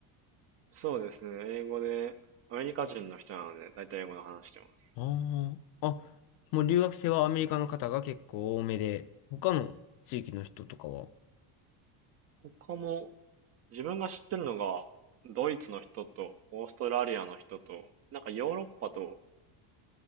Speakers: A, on the right; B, on the left.
A: そうですね。英語で、アメリカ人の人なので、だいたい英語で話してます。
B: ああ。あ、もう留学生はアメリカの方が結構多めで、他の地域の人とかは、
A: 他も、自分が知ってるのが、ドイツの人と、オーストラリアの人と、なんかヨーロッパと、